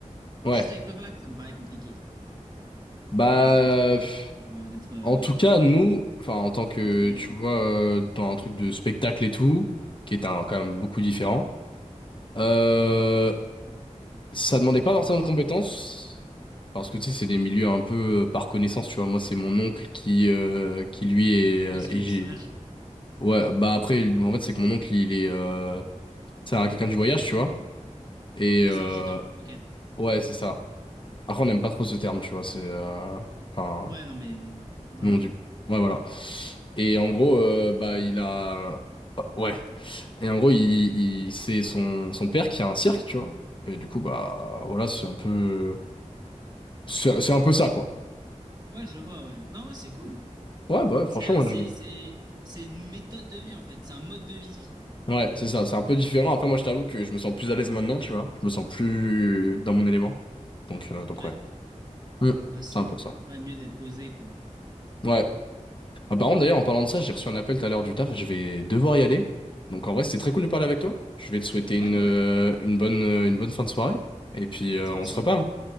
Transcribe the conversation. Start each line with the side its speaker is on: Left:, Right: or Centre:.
Left: ouais.
Right: Juste avec le bac, ça me paraît compliqué.
Left: Bah,
Right: Mais ouais, ça doit être trop bien
Left: pff,
Right: d'être euh, d'être euh,
Left: en tout cas, nous, enfin, en tant
Right: full
Left: que,
Right: entouré d'animaux.
Left: tu vois, euh, dans un truc de spectacle et tout, qui est un, quand même beaucoup différent, euh, Ça demandait pas forcément de compétences, parce que tu sais, c'est des milieux un peu euh, par connaissance, tu vois. Moi, c'est mon oncle qui, euh, qui lui est, euh,
Right: Oui, c'est
Left: et
Right: du
Left: j'ai...
Right: pistonnage.
Left: Ouais, bah après, en fait, c'est que mon oncle, il est... Euh... C'est un- quelqu'un du voyage, tu vois. Et
Right: Ah,
Left: euh,
Right: c'est un gitan. Ok.
Left: ouais, c'est ça. Après, on n'aime pas trop ce terme, tu vois. C'est... euh, Enfin,
Right: Ouais, non mais voilà
Left: non, du...
Right: quoi,
Left: Ouais, voilà. Et en gros, euh, bah,
Right: gitan.
Left: il a... oh, Ouais. Et en gros, il, il- c'est son, son père qui a un cirque, tu vois. Et du coup, bah, voilà, c'est un peu... C'est c'est un peu ça, quoi.
Right: Ouais, je vois. Ouais. Non, ouais, c'est cool.
Left: Ouais, bah, ouais, franchement,
Right: C'est euh, c'est
Left: moi,
Right: c'est c'est une méthode de vie en fait. C'est un mode de vie.
Left: je- ouais, c'est ça, c'est un peu différent. Après, moi, je t'avoue que je me sens plus à l'aise maintenant, tu vois. Je me sens plus dans mon élément. Donc, euh, donc
Right: Ouais.
Left: ouais. Hmm.
Right: Bah c'est
Left: C'est un peu ça.
Right: quand même mieux d'être posé quoi.
Left: Ouais. Ah, par contre, d'ailleurs, en parlant de ça, j'ai reçu un appel tout à l'heure du taf. Je vais devoir y aller. Donc, en vrai, c'était très cool de parler avec toi. Je vais te souhaiter
Right: Ouais,
Left: une,
Right: bah
Left: euh,
Right: ouais.
Left: une bonne, euh, une bonne fin de soirée. Et puis,
Right: Bah
Left: euh,
Right: toi
Left: on
Right: aussi.
Left: se reparle.